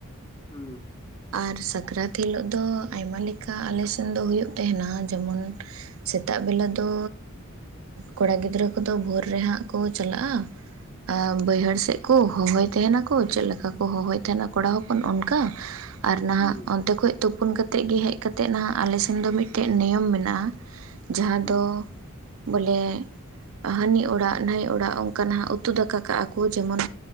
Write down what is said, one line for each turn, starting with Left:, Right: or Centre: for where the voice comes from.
Left: ᱦᱩᱸ
Right: ᱟᱨ ᱥᱟᱠᱨᱟᱛ ᱦᱤᱞᱳᱜ ᱫᱚ ᱟᱭᱢᱟ ᱞᱮᱠᱟ ᱟᱞᱮ ᱥᱮᱱ ᱫᱚ ᱦᱳᱭᱳᱜ ᱛᱟᱦᱮᱸᱱᱟ ᱡᱮᱢᱚᱱ ᱥᱮᱛᱟᱜ ᱵᱮᱞᱟ ᱫᱚ ᱠᱚᱲᱟ ᱜᱤᱫᱽᱨᱟᱹ ᱠᱚᱫᱚ ᱵᱷᱳᱨ ᱨᱮ ᱦᱟᱸᱜ ᱠᱚ ᱪᱟᱞᱟᱜᱼᱟ, ᱟᱨ ᱵᱟᱹᱭᱦᱟᱹᱲ
Left: ᱟᱪᱪᱷᱟ
Right: ᱥᱮᱫ ᱠᱚ ᱦᱚᱦᱚᱭ ᱛᱟᱦᱮᱱᱟᱠᱚ ᱪᱮᱫ ᱞᱮᱠᱟ ᱠᱚ ᱦᱚᱦᱚᱭ ᱛᱟᱦᱮᱱᱟ ᱠᱚᱲᱟ ᱦᱚᱯᱚᱱ ᱚᱱᱠᱟ᱾ ᱟᱨ ᱱᱟᱦᱟᱜ
Left: ᱦᱩᱸ
Right: ᱚᱱᱛᱮ ᱠᱷᱚᱡ ᱛᱩᱯᱩᱱ ᱠᱟᱛᱮᱫ ᱜᱮ ᱦᱮᱡ ᱠᱟᱛᱮ ᱱᱟᱜ ᱟᱞᱮᱥᱮᱱ ᱫᱚ ᱢᱤᱫᱴᱮᱱ ᱱᱤᱭᱚᱢ ᱢᱮᱱᱟᱜᱼᱟ, ᱡᱟᱦᱟᱸ
Left: ᱦᱩᱸ
Right: ᱫᱚ ᱵᱚᱞᱮ ᱦᱟᱹᱱᱤ ᱚᱲᱟᱜ ᱱᱟᱹᱭ ᱚᱲᱟᱜ ᱚᱱᱠᱟᱱᱟᱜ ᱩᱛᱩ ᱫᱟᱠᱟ ᱠᱟᱜᱼᱟ ᱠᱚ ᱡᱮᱢᱚᱱ